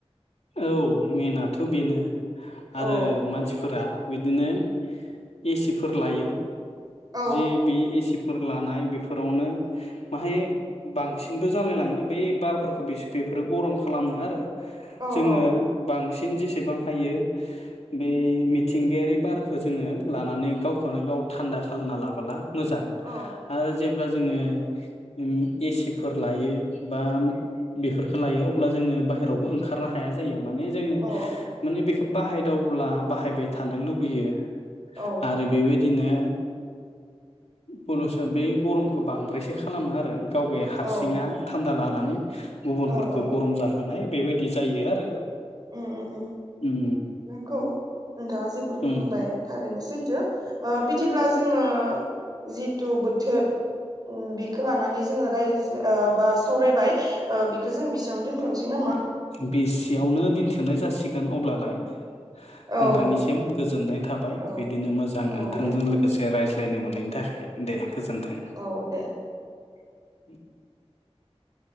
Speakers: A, on the left; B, on the right.
A: औ मेनाथ बेनो।
B: औ
A: आरो मानसिफोरा बिदिनो एसिफोर लायो।
B: औ
A: जि बि एसिफ फोर लानाय बेफोरावनो माहाय बांसिनबो जालायलाङो बै बारफोरखौ बेफोरो गरम खालामो आरो
B: औ
A: जोङो
B: औ
A: बां सिन जेसेबां हायो बै मिथिंगायारि बारखौ जोङो लानानै गावखौनो गाव थान्दा खालामना लाबोला मोजां
B: औ
A: आरो जेब्ला जोङो। उम एसिफोर लायो बा बेफोरखो लायो अब्ला जोङो बाहहेरायावबो ओंखारनो हा हाया जायो। माने जों
B: औ
A: माने बेखौ बाहाय। दावब्ला बाहायबाय थानो लुबैयो।
B: औ
A: आरो बेबायद बिदिनो। पलुसन बे गरमखौ बांद्रायसो खालामो आरो गावगाया हारसिङा
B: औ
A: थान्दा लाना माने। गुबुनफोरखौ
B: ओ ओ
A: गरम जाहोनाय बेबायदि जायो आरो
B: उम उम उम
A: उम
B: नंगौ नोंथाङा जेफोरखौ
A: उम
B: बुंबाय थारैनो सैथो ओ बिदिब्ला जोङो जिथु बोथोर बेखौ लानानै जोङो रायज ओ बा सावरायबाय ओ बेखो जों बिसिआवनो दोनथनोसै नामा?
A: बिस सेयावनो दिन्थिनाय जासिग <unintelligible> अब्लालाय
B: औ
A: नोंथांनिसिम गोजोननाय थाबाय
B: औ
A: बिदिनो मोजां नोंथांजों
B: औ दे
A: लोगोसे रायज्लाय। लायनो मोननायनि थाखाय दे। गोजोन्थों।
B: औ दे
A: <unintelligible>